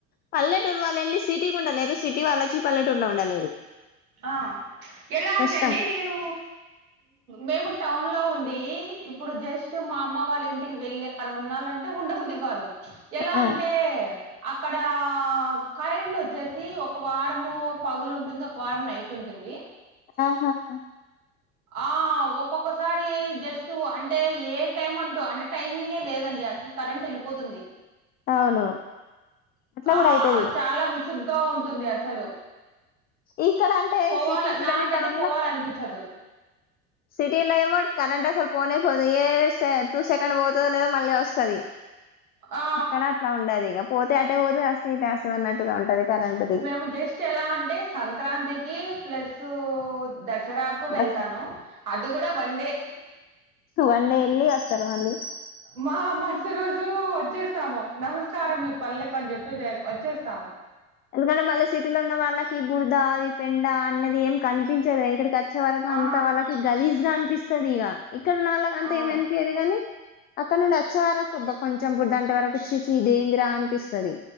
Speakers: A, on the left; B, on the right.
A: పల్లెటూర్ వాళ్లు వెళ్ళి సిటీకి ఉండలేరు సిటీ వాళ్ళచ్చి పలెటూర్లో ఉండలేరు
B: అ ఎలా అంటే
A: కష్టం
B: అండి నేను మేము టౌన్ లో ఉండి ఇప్పుడు జస్ట్ మా అమ్మ వాళ్ళ ఇంటికి వెళ్ళి అక్కడ ఉండాలంటే ఉండబుద్ది కాదు ఎలా
A: ఆ
B: అంటే అక్కడ ఆ కరెంట్ ఒచ్చేసి ఒక వారము పగులు ఉంటుంది ఒక వారం నైట్ ఉంటుంది
A: ఆహా హ
B: ఆ ఒక్కొక్కసారి జస్ట్ అంటే ఏ టైం అంటూ అంటే టైమింగే లేదండి అస కరెంట్ ఏళ్ళిపోతుంది
A: అవును అట్లా
B: ఆ
A: కూడా అయితది
B: చాలా విసుగ్గా ఉంటుంది అసలు
A: ఇక్కల అంటే
B: పోవాల
A: సిప్పుడు చూడండి
B: నాకైతే
A: టౌన్
B: పోవాలనిపిచ్చదు.
A: లా సిటీల ఏమో కరెంట్ అసలు పోనే పోదు ఏ సే టూసెకండ్ పోతదో లేదో మళ్ళీ వొస్తది
B: ఆ!
A: అక్కడ అట్లా ఉండది ఇగ పోతే అటే పోతది అస్తే ఇటే అస్తది అన్నట్టుగా ఉంటది కరెంట్ది
B: మేము జస్ట్ ఎలా అంటే సంక్రాంతికి ప్లస్ ద సరాకు వెళ్తాను
A: బస్
B: అది గుడ వన్ డే
A: వన్ డే వెళ్లి వొస్తరు మళ్ళీ
B: మా మరుస రోజు వొచ్చేస్తాము నమస్కారం మీ పల్లె పని జెప్పి దేల్ వచ్చేస్తాము
A: ఎందుకంటే మళ్ళీ సిటీలో ఉన్న వాళ్ళకి ఈ బురద ఈ పెంట అన్నది ఏం కనిపించదు ఇక్కడికి అచ్ వచ్చే వరకు అంత
B: ఆ!
A: వాళ్ళకి గలీజ్గా అనిపిస్తది ఇగ ఇక్కడ ఉన్న వాళ్ళకి అంతా
B: అవును.
A: ఏం అన్పియ <unintelligible> గని అక్కడ నుండి అచ్చే వరకు <unintelligible> కొంచెం బుడద అంటే వరకు చిచి ఇదేందీ రా అనిపిస్తది